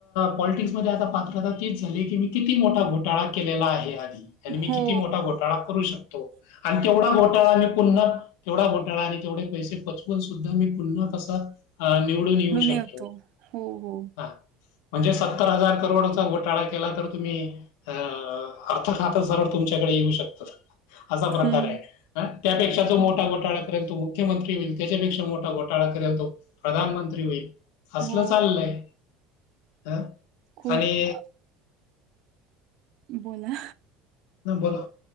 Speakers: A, on the left; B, on the right.
A: पॉलिटिक्स मध्ये आता पात्रता तीच झाली की मी किती मोठा घोटाळा केलेला आहे आणि मी
B: हो.
A: किती मोठा घोटाळा करू शकतो आणि तेवढा घोटाळा मी पुन्हा तेवढा घोटाळा आणि तेवढे पैसे पचवून सुद्धा मी पुन्हा कसा ह निवडून येऊ शकतो
B: येतो. हो, हो.
A: हा म्हणजे सत्तर हजार करोडचा घोटाळा केला तर तुम्ही अ अर्थ खात सरळ तुमच्याकडे येऊ शकतं असा प्रकार
B: हं.
A: आहे त्यापेक्षा जो मोठा
B: हो,
A: घोटाळा ेल तो मुख्यमंत्री होईल त्याच्यापेक्षा मोठा घोटाळा करेल तो प्रधानमंत्री होईल अससल
B: हो.
A: चाललंय हं
B: खूप
A: आणि
B: अ, बोला
A: ह बोला